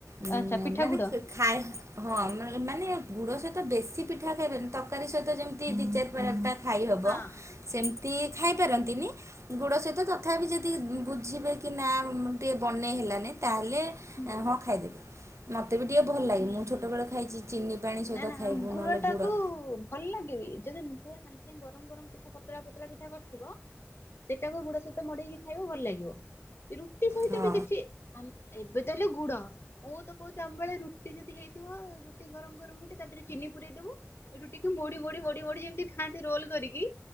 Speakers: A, on the right; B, on the left.
A: ଉଁ
B: ଆଚ୍ଛା ପିଠାଗୁଡ
A: ମାନେ ଖାଏ ହଁ ମାନେ ଗୁଡ଼ ସହିତ ବେଶୀ ପିଠା ଖାଇବେନି ତକାରୀ ସହିତ ଯେମିତି ଦୁଇ ଚାରି ଫରଟା ଖାଇହେବ
B: ହଁ।
A: ସେମିତି ଖାଇପାରନ୍ତିନି। ଗୁଡ଼ ସହିତ ତଥାପି ଯଦି ବୁଝିବେ କି ନା ଟିକେ ବନେଇ ହେଲାନି ତାହେଲେ
B: ହୁଁ
A: ଏ ହଁ ଖାଇଦେବି। ମୋତେ ବି ଟିକିଏ ଭଲ ଲାଗେ
B: ହୁଁ
A: ମୁଁ
B: ହୁଁ
A: ଛୋଟବେଳେ ଖାଇଛି ଚିନି ପାଣି ସହିତ
B: ନା ନା
A: ଖାଇବୁ
B: ଗୁଡ
A: ନହେଲେ
B: ଟାକୁ
A: ଗୁଡ଼
B: ଭଲ ଲାଗିବି ଯଦି ନୁ ପୁଆ ସାଙ୍ଗେ ସାଙ୍ଗେ ଗରମ ଗରମ ପିଠା ପତଳା ପତଳା ପିଠା କରିଥିବ ସେଟାକୁ ଗୁଡ ସହିତ ମଡେଇକି ଖାଇବ ଭଲ ଲାଗିବ ରୁଟି ସହିତ
A: ହଁ
B: ବି କିଛି ଆ ଏବେ ତାହେଲେ ଗୁଡ ମୁଁ ତ କହୁଛି ଆମ ବଳେ ରୁ ରୁଟି ଯଦି ହେଇଥିବ ରୁଟି ଗରମ ଗରମ ରୁଟି ତା ଦେହରେ ଚିନି ପୁରୀଇଦବୁ ଏଠୁ ଟିକେ ମୋଡି ମଡି ମଡି ମୋଡି ଯେମିତି ଖାଆନ୍ତି ରୋଲ କରିକି